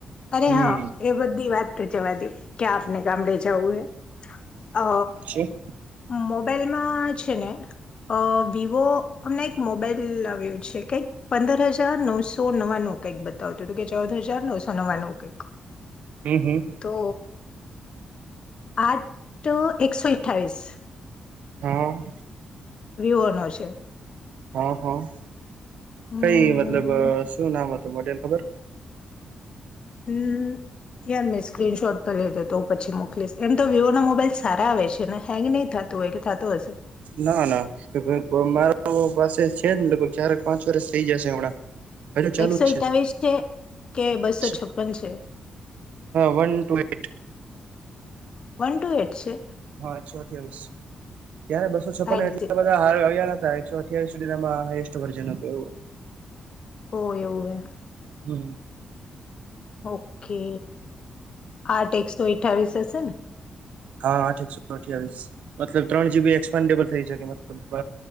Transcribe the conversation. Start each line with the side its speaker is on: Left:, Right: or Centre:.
Left: અરે
Right: હમ
Left: હા એ બધી વાત તો જવા દઉ ક્યા આપને કામ લેચા હ હૈ અ
Right: છેી
Left: મોબાઈલમાં છે ને અ વિવો અમને એક મોબાઈલ લાવ્યો છે કઈક પંદર હજાર નવસો નવાનું કંઈક બતાવતું હતું કે ચૌદ હજાર નવસો નવાનું કઈક
Right: હમ હમ
Left: તો આઠ એકસો અઠ્ઠાવીસ
Right: હા
Left: વિવોનો છે
Right: હા હા
Left: હમ
Right: કઈ મતલબ શું નામ હતું મોડેલ ખબર
Left: એ યાર મેં સ્ક્રીનશોટ તો લીધે તો હું પછી મોકલીશ એમ તો વિવો ના મોબાઈલ સારા આવે છે ને હેંગ નહીં થાય તો હોય કે થતો હશે
Right: ના ના મારો પાસે છેને લગભગ ચાર પાંચ વર્ષ થઈ જશે હમણાં હજુ ચાલુ
Left: એકસો
Right: જ
Left: એકતાલીસ છે કે બસો
Right: છે
Left: છપન છે
Right: one two eight
Left: one two eight છે
Right: હા એકસો અઠવીસ યાર બસો છપન
Left: એટ
Right: એટલા હ અ્યા હતા એકસો અઠ્યાવીસ સુધી એમાં હસ્ટ વર્જન હતું એવું
Left: હો એ હોવે
Right: હમ
Left: ઓકે આઠ એકસો અઠાવીસ હશે ને
Right: હા આઠ એકસોો અઠ્યાવીીસ મતલબ ત્રણ જીબી એક્સપેન્ડેબલ થઈ શકે મતલબ